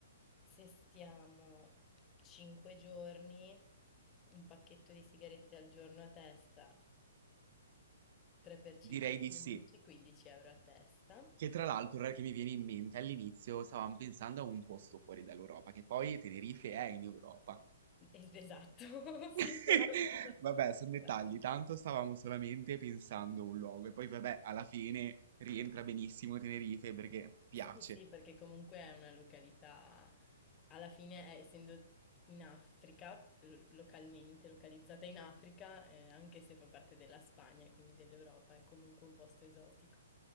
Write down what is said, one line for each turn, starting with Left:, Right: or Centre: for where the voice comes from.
Left: se stiamo 5 giorni, un pacchetto di sigarette al giorno a testa, 3 per 5,
Right: direi di
Left: 15,
Right: sì.
Left: 15 euro a testa.
Right: Che tra l'altro, ora che mi viene in mente, all'inizio stavamo pensando a un posto fuori dall'Europa, che poi Tenerife è in Europa.
Left: Es- Esatto, <laughs>
Right: <laughs>
Left: sì, però...
Right: Vabbè, sono
Left: Vabbè.
Right: dettagli, tanto stavamo solamente pensando a un luogo e poi vabbè, alla fine rientra benissimo Tenerife perché piace.
Left: Sì, sì, perché comunque è una località, alla fine, eh, essendo in Africa, lo- localmente, localizzata in Africa, eh, anche se fa parte della Spagna e quindi dell'Europa, è comunque un posto esotico.